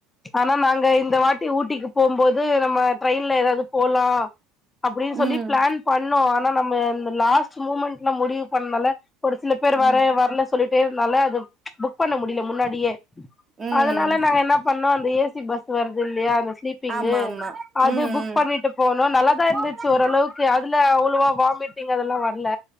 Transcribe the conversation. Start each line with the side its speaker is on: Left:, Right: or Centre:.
Left: ஆனா நாங்க இந்த வாட்டி ஊட்டிக்கு போம்போது நம்ம ட்ரெயின்ல ஏதாவது போலா அப்டின்னு சொல்லி
Right: ம்
Left: பிளான் பண்ணோ ஆனா நம்ம இந்த லாஸ்ட் மூமெண்ட் ன முடிவு பண்ணல ஒரு சில பேர் வரே
Right: ம்
Left: வரல சொல்லிட்டேனால அது ச் புக் ப பண்ண முடில முன்னாடியே
Right: ம்
Left: அதனால நாங்க என்ன பண்ணோ அந்த ஏசி பஸ் வருது இல்லீயா அந்த ஸ்லீப்பிங்கு
Right: ஆமா ஆமா
Left: அது
Right: ம்
Left: புக் பண்ணிட்டு போனோ நல்லாதா இருந்துச்சு
Right: ம்
Left: ஓரளவுக்கு அதுல அவ்வளவா வாமிட்டிங் அதெல்லா வரல